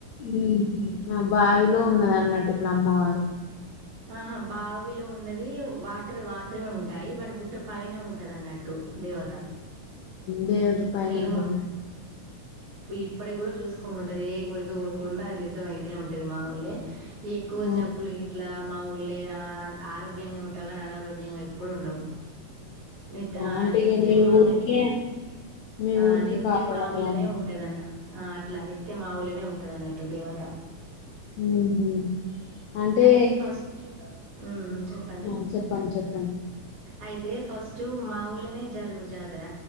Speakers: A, on the left; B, on the right.
A: ఉహు మా బావిలో ఉన్నది అన్నట్టు ఇప్పుడు అమ్మవారు అ
B: ఆహా బావ్ వీళ్ళు ఉన్నది వాటర్ వార్ త్రమే ఉంటాయి బండు గుట్ట పైన ఉన్ ఉంటదన్నట్టు దేవత
A: దేవత పైన
B: ఇక
A: ఉంటదా
B: మా ఇప్పటి కూడా చూసుకుంటుంటది ఏ కోరిక కోరికున్నా అది నిజం అయితేనే ఉంటుంది మా వాళ్ళే ఎక్కువ
A: ఆ
B: జబ్బులు ఇట్ల్ ఊళ్ళే ఆరోగ్యంగా ఉంటావు కానీ అనారోగ్యంగా ఎప్పుడు ఉండవు నిత ఆ
A: అంటే
B: నిత్యం
A: ఇక మీ
B: మావు
A: ఊరికే మీ
B: ఆ
A: ఊరికి
B: నిత్యం
A: కాపాడాలి
B: మావుళ్ళనే
A: ఆమె
B: ఉంటదన్న ఆ అట్లా నిత్యం మావుళ్ళనే ఉంటదన్నట్టు దేవత
A: ఉ హు అంటే
B: అయితే ఫస్ట్ హ్మ్. చెప్పండి.
A: ఆ చెప్పండి చెప్పండి
B: అయితే ఫస్ట్ మా ఊళ్లోనే జరుగు జాతర